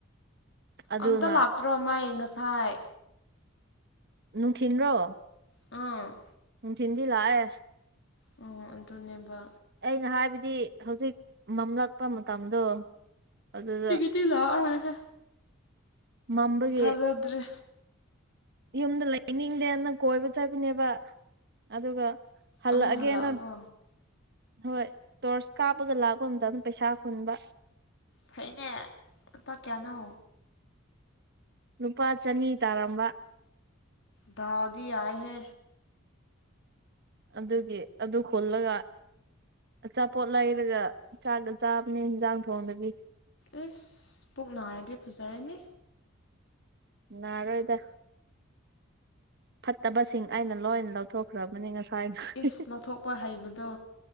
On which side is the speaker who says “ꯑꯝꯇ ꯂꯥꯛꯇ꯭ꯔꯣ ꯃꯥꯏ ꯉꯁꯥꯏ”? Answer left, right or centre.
Left